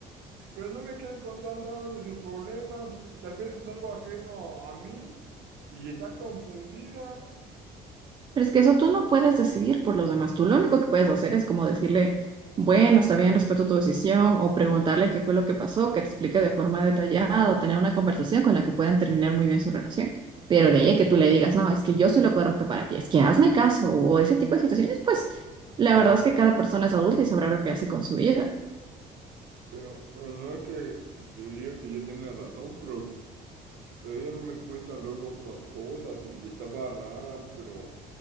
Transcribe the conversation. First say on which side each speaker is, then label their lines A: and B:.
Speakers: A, on the right; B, on the right.
A: eh, pero no me quiere contar nada de sus problemas y tal vez es algo ajeno a mí y está confundida.
B: Pero es que eso tú no puedes decidir por los demás. Tú lo único que puedes hacer es como decirle, bueno, está bien, respeto tu decisión, o preguntarle qué fue lo que pasó, que te explique de forma detallada, o tener una conversación con la que puedan terminar muy bien su relación. Pero de ahí a que tú le digas, no, es que yo soy lo correcto para ti, es que hazme caso, o ese tipo de situaciones, pues la verdad es que cada persona es adulta y sabrá lo que hace con su vida.
A: Pero, pero no es que, que diga que yo tenga razón, pero, pero ella no me cuenta luego otras cosas y estaba rara, pero...